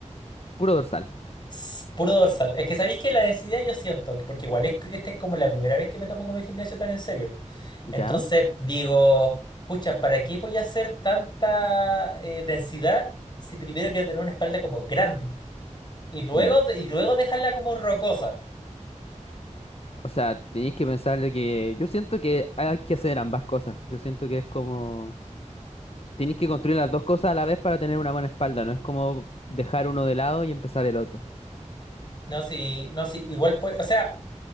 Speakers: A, on the left; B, on the left.
A: Puro dorsal.
B: s- Puro dorsal. Es que sabéis que la densidad yo siento, que- porque igual es- esta es como la primera vez que me tomo con el gimnasio tan en serio.
A: ¿Ya?
B: Entonces digo, pucha, ¿para qué voy a hacer tanta eh, densidad si primero quiero tener una espalda como grande? Y luego,
A: Ya.
B: de- y luego dejarla como rocosa.
A: O sea, tenéis que pensarle que yo siento que hay que hacer ambas cosas. Yo siento que es como tenéis que construir las dos cosas a la vez para tener una buena espalda, no es como dejar uno de lado y empezar el otro.
B: No, si, no, si, igual pues, o sea,